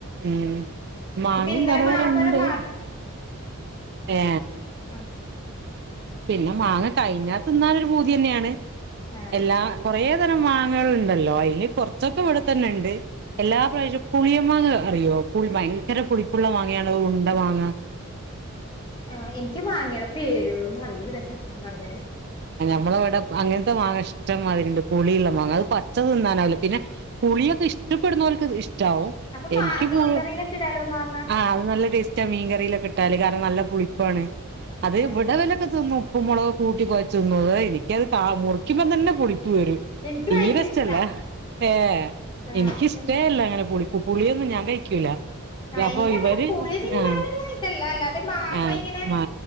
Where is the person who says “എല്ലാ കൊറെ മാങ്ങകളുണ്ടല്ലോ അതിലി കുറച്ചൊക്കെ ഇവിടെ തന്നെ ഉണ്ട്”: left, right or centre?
Right